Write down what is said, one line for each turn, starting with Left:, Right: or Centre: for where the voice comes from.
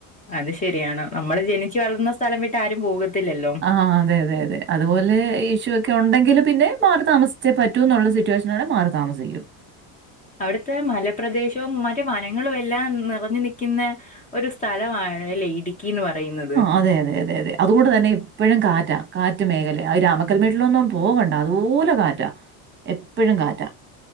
Left: അത് ശരിയാണ് നമ്മള് ജനിച്ചു വളർന്ന സ്ഥലം വിട്ട് ആരും പോകത്തില്ലല്ലോ.
Right: ആഹ് അതെ അതെ അതെ അതുപോലെ ഈ ഇഷ്യൂ ഒക്കെ ഉണ്ടെങ്കിൽ പിന്നെ മാറി താമസിച്ചേ പറ്റൂ എന്നുള്ള സിറ്റുവേഷനാണെ മാറി താമസിക്കും.
Left: അവിടുത്തെ മലപ്രദേശവും മറ്റെ വനങ്ങളും എല്ലാം നിറഞ്ഞു നിക്ക്യ്ന്നെ ഒരു സ്ഥലമാണ് ലെ ഇഡിക്കീന്ന് പറയുന്നത്.
Right: അതെയതെ അതെ അതെയാ അതുകൊണ്ട് തന്നെ എപ്പഴും കാറ്റാ. കാറ്റ് മേഖലയാ. അഹ് രാമക്കൽമേട്ടിലൊന്നും പോകണ്ട അതുപോലെ കാ റ്റാ എപ്പഴും കാറ്റാ.